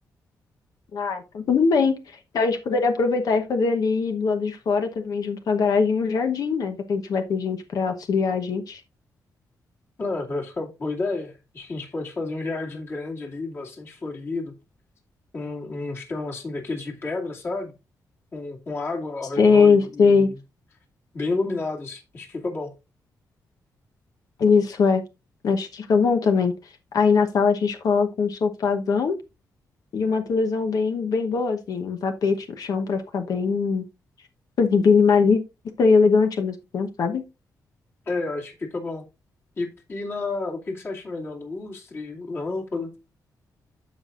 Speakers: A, on the left; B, on the left.
A: Ah, então tudo bem. Então a gente poderia aproveitar e fazer ali do lado de fora também, junto com a garagem, um jardim, né? Já que a gente vai ter gente para auxiliar a gente.
B: Não, vai ficar boa ideia. Acho que a gente pode fazer um jardim grande ali, bastante florido, um, um chão assim daquele de pedra, sabe? com, com água ao
A: Sei,
B: redor e,
A: sei.
B: e bem iluminados Acho que fica bom.
A: Isso é. Acho que fica bom também. Aí na sala a gente coloca um sofazão e uma televisão bem, bem boa, assim. Um tapete no chão pra ficar bem, assim, minimalista e elegante ao mesmo tempo, sabe?
B: É, eu acho que fica bom. E, e na, o que que você acha melhor? Lustre, lâmpada?